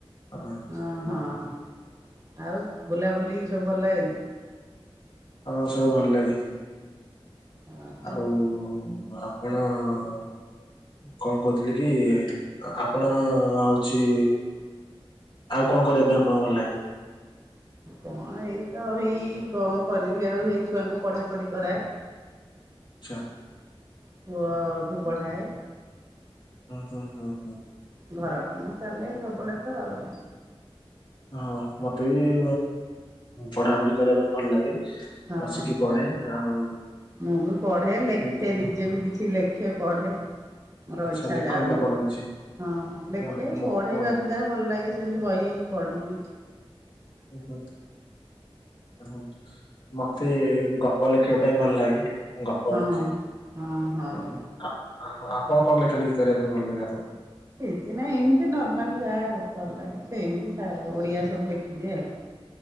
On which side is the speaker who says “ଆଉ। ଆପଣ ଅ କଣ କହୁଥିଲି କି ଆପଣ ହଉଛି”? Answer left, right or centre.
Left